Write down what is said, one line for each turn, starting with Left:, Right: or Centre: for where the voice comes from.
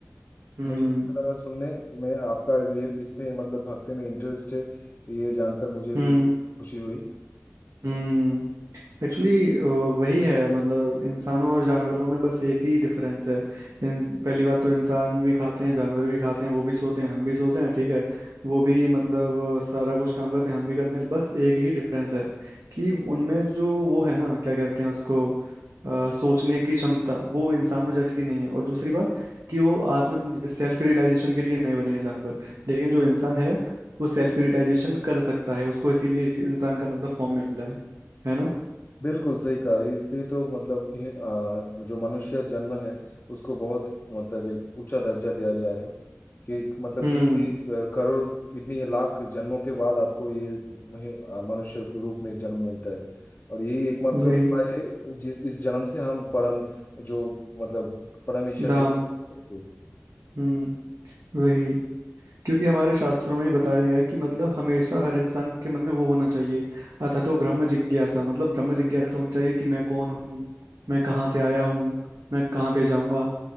Right: हम्म
Left: मुझे अच्छा लगा सुनने में आपका ये इसमें मतलब भक्ति में इंटरेस्ट है ये जानकर मुझे
Right: हम्म
Left: भी खुशी हुई
Right: हम्म एक्चुअली वही है मतलब इंसानों और जानवरों में बस एक ही डिफरेंस है इन, पहली बात तो इंसान भी खाते हैं जानवर भी खाते हैं वो भी सोते हैं हम भी सोते हैं ठीक है वो भी मतलब सारा कुछ काम करते हैं हम भी करते हैं बस एक ही डिफरेंस है कि उनमें जो वो है ना क्या कहते हैं उसको अ, सोचने की क्षमता वो इंसानों
Left: हाँ
Right: जैसी नहीं है और दूसरी बात कि वो आत्म सेल्फ रियलाइजेशन के लिए नहीं बने हैं जानवर लेकिन जो इंसान है वो सेल्फ रियलाइजेशन कर सकता है उसको इसीलिए इंसान का मतलब फॉर्म मिला है है ना
Left: बिल्कुल सही कहा ये इसलिए तो मतलब ये, आ, जो मनुष्य जन्म है उसको बहुत मतलब एक ऊंचा दर्जा दिया गया है कि मतलब
Right: हम्म
Left: कितने अ, करोड़ कितने लाख जन्मों के बाद आपको ये महि- आ, मनुष्य रूप में जन्म मिलता है और यही एकमात्र
Right: वही
Left: उपाय है जिस इस जन्म से हम परम जो मतलब परम ईश्वर
Right: धाम
Left: के पास जा सकते हैं।
Right: हम्म वही क्योंकि हमारे शास्त्रों में ही बताया गया है कि मतलब हमेशा हर इंसान के मन में वो होना चाहिए अथा तो ब्रह्म जिज्ञासा मतलब ब्रह्म जिज्ञासा होनी चाहिए कि मैं कौन हूँ मैं कहाँ से आया हूँ मैं कहाँ पे जाऊंगा